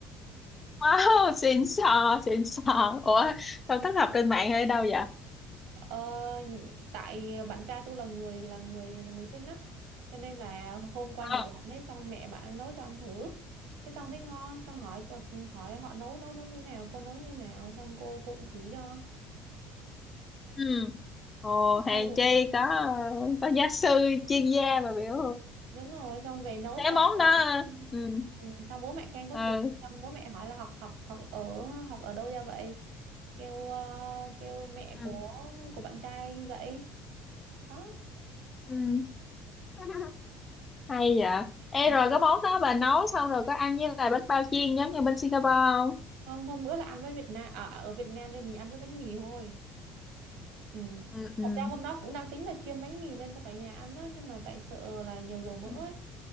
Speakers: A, on the left; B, on the right.
A: wow <laughs> xịn sò xịn sò ủa sao thất học trên mạng hay đâu vậy
B: Ờ, tại bạn trai tôi là người là người là người sinh á, cho nên là hôm qua
A: à
B: nhà bạn ấy xong mẹ bạn ấy nấu cho ăn thử. Thế xong thấy ngon, xong hỏi hỏi họ nấu nấu nấu như nào, cô nấu như nào, xong cô cũng chỉ cho.
A: ừ Ồ, hàng
B: Xong rồi
A: chay có có giáo sư chuyên gia mà biểu
B: đúng rồi xong về nấu
A: cái
B: cho
A: món
B: cả
A: đó
B: nhà ăn.
A: ừ
B: ừ, xong bố mẹ khen có
A: ừ
B: chừng xong bố mẹ hỏi là học học học ở học ở đâu ra vậy kêu ờ, kêu mẹ
A: Ừ.
B: của của bạn trai dạy đó
A: ừ <laughs> hay vậy Ê
B: Ừ.
A: rồi cái món đó bà nấu xong rồi có ăn với lại bánh bao chiên giống như bên Singapore không
B: không hôm bữa là ăn với Việt Nam à, à, ở Việt Nam nên mình ăn với bánh mì thôi ừ.
A: ừ ừ
B: thật ra hôm đó cũng đang tính là chiên bánh mì lên cho cả nhà ăn đó nhưng mà tại sợ là nhiều dầu mỡ
A: Ừ.
B: ấy